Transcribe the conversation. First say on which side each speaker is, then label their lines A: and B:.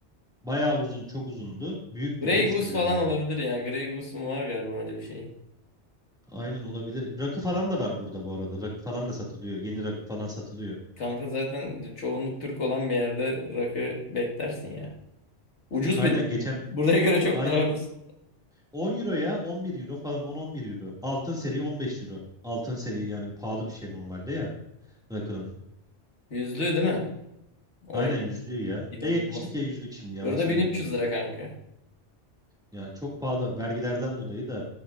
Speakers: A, in the centre; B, on the left (about 75°).
A: Bayağı uzun, çok uzundu. Büyüktü,
B: Grey
A: genişti
B: Goose
A: bir
B: falan
A: de bayağı.
B: olabilir ya. Grey Goose mu var galiba öyle bir şey.
A: Aynen olabilir. Rakı falan da var burada bu arada. Rakı falan da satılıyor. Yeni rakı falan satılıyor.
B: Kanka zaten çoğunluk Türk olan bir yerde rakı beklersin ya. Ucuz
A: Aynen
B: bir de.
A: geçen
B: Buraya göre çok
A: aynen
B: daha ucuz.
A: 10 euro ya 11 euro falan 10-11 euro. Altın seri 15 euro. Altın seri yani pahalı bir şey normalde ya rakının.
B: Yüzlü değil mi? O
A: Aynen yüzlüğü ya.
B: inanılmaz.
A: Ya yetmişlik ya yüzlük şimdi yalan
B: Burada
A: söylemeyeyim.
B: bin üç yüz lira kanka.
A: Ya çok pahalı vergilerden dolayı da